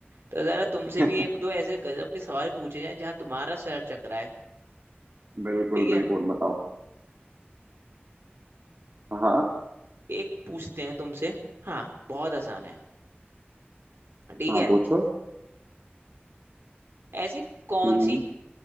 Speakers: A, on the right; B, on the right.
A: तो जरा तुमसे
B: <laughs>
A: भी एक दो ऐसे गजब के सवाल पूछे जाएं जहां तुम्हारा सर चकराए
B: बिल्कुल
A: ठीक है
B: बिल्कुल बताओ हाँ
A: एक पूछते हैं तुमसे हाँ बहुत आसान है ठीक
B: हाँ
A: है
B: पूछो
A: ऐसी कौन
B: हम्म
A: सी